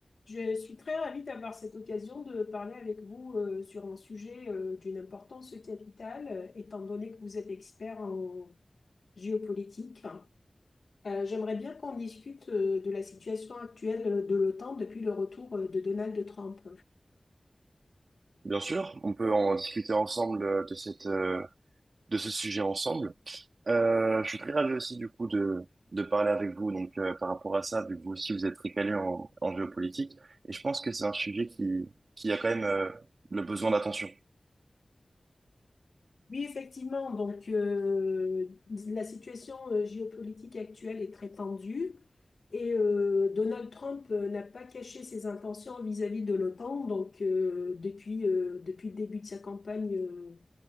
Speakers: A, on the left; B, on the right.
A: Je suis très ravie d'avoir cette occasion de parler avec vous euh, sur un sujet euh, d'une importance capitale, euh, étant donné que vous êtes expert en géopolitique. Euh, j'aimerais bien qu'on discute euh, de la situation actuelle de l'OTAN depuis le retour euh, de Donald Trump.
B: Bien sûr, on peut en discuter ensemble euh, de cette, euh, de ce sujet ensemble. Euh, je suis très ravi aussi du coup de, de parler avec vous donc euh, par rapport à ça, vu que vous aussi vous êtes très calé en, en géopolitique, et je pense que c'est un sujet qui, qui a quand même euh, le besoin d'attention.
A: Oui, effectivement. Donc, euh, la situation euh, géopolitique actuelle est très tendue et euh, Donald Trump euh, n'a pas caché ses intentions vis-à-vis de l'OTAN. Donc, euh, depuis, euh, depuis le début de sa campagne euh,